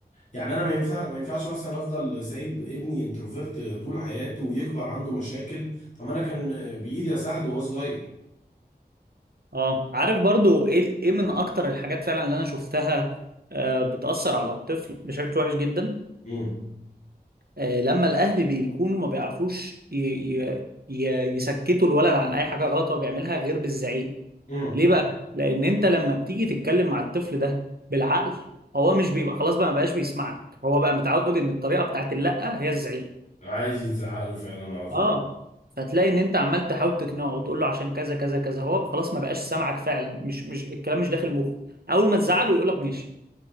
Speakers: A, on the left (about 45°); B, on the right (about 65°).
A: يعني انا ما ينفع ما ينفعش مثلا افضل سايب ابني انتروفيرت طول حياته ويكبر عنده مشاكل طب انا كان بايدي اساعده وهو صغير
B: اه عارف برضو ايه ايه من اكتر الحاجات فعلا اللي انا شفتها آه، بتأثر على الطفل بشكل وحش جدا
A: امم
B: آه، لما الاهل بيكونوا ما بيعرفوش ي... ي... ي... يسكتوا الولد عن اي حاجه غلط هو بيعملها غير بالزعيق
A: امم
B: ليه بقى لان انت لما بتيجي تتكلم مع الطفل ده بالعقل هو مش بيبقى خلاص بقى ما بقاش بيسمعك هو بقى متعود ان الطريقه بتاعت اللأ هي الزعيق
A: عايز يتزعق له فعلا على طول
B: اه فتلاقي ان انت عمال تحاول تقنعه وتقول له عشان كذا كذا كذا هو خلاص ما بقاش سامعك فعلا مش مش الكلام مش داخل مخه اول ما تزعله يقول لك ماشي